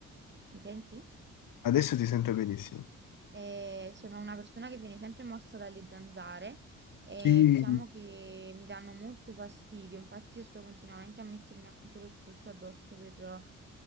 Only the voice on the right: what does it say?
Mi senti?
E sono una persona che viene sempre morsa dalle zanzare e
diciamo che mi danno molto fastidio, infatti io sto continuamente a mettermi appunto lo spruzzo addosso per eh,